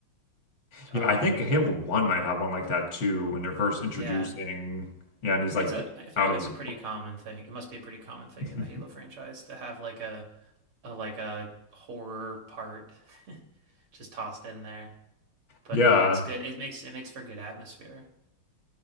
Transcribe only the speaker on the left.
Yeah,
I think Halo 1 might have one like that too when they're first introducing.
Yeah, and he's like
out
of
his.
<laughs>
Yeah.